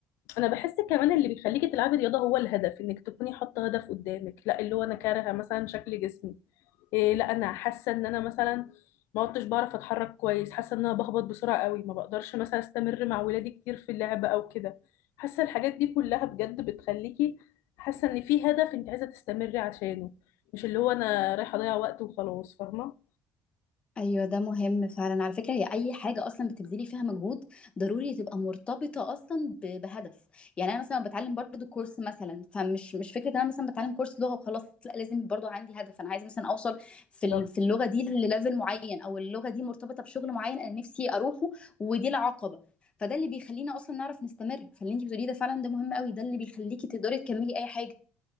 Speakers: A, on the left (about 80°); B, on the left (about 25°).
A: انا بحس كمان اللي بيخليكي تلعبي رياضه هو الهدف انك تكوني حاطه هدف قدامك لا اللي هو انا كارهه مثلا شكل جسمي إيه لا انا حاسه ان انا مثلا ما عدتش بعرف اتحرك كويس حاسه ان انا بهبط بسرعه قوي ما بقدرش مثلا استمر مع ولادي كتير في اللعب او كده حاسه الحاجات دي كلها بجد بتخليكي حاسه ان في هدف انت عايزه تستمري عشانه مش اللي هو انا رايحه اضيع وقت وخلاص فاهمه
B: ايوه ده مهم فعلا على فكره هي اي حاجه اصلا بتبذلي فيها مجهود ضروري تبقى مرتبطه اصلا ب- بهدف يعني انا مثلا بتعلم برضو كورس مثلا فمش مش فكره انا مثلا بتعلم كورس لغه وخلاص لا لازم برضو عندي هدف انا عايزه مثلا اوصل في ال-
A: بالظبط
B: في اللغه دي لليفل معين او اللغه دي مرتبطه بشغل معين انا نفسي اروحه ودي العقبه فده اللي بيخلينا اصلا نعرف نستمر فاللي انت بتقوليه ده فعلا ده مهم قوي ده اللي بيخليكي تقدري تكملي اي حاجه